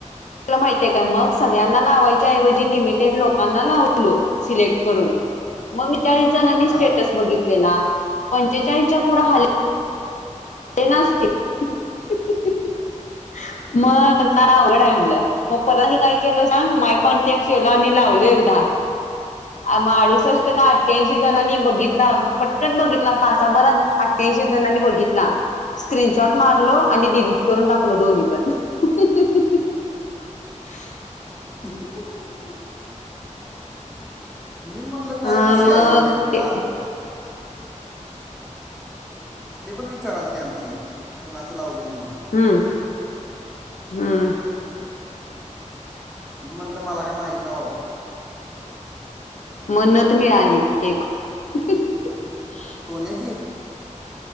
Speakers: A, on the left (about 70°); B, in the centre.
A: ल काय माहीती हाय का, मग सगळ्यांना लावायच्या ऐवजी लिमिटेड लोकांना लावलो सिलेक्ट करून. मग मी चाळीस जणांनी
B: हा
A: स्टेटस बघितलेला. पंचेचाळीसच्या पुढं हले नाच ते. मग म्हणताना म्हणलं अवघड हाय म्हणलं. मग परत आणि काय केलं सांग माय कॉन्टॅक् केलं आणि ला लावलो एकदा. म आडुसष्ट का अठ्ठ्यांशी जणांनी बघितला पटकन बघितला तासाभरात अठ्ठ्यांशी जणांनी बघितला. स्क्रीनशॉट मारलो, आणि डिलीट करून टाकलो दोन्ही पण. <unintelligible> <unintelligible>
B: <unintelligible> मी म्हणलं
A: हा
B: काय विषय
A: मग
B: हाय यो नेमका?
A: ते
B: मम्मी पण विचारालती आमची कुणाचं लावलय म्हणून?
A: हम हम.
B: मी म्हणलं मला काय माहीत नाही बाबा.
A: म नथ मिळाली एक <unintelligible>
B: सोन्याची?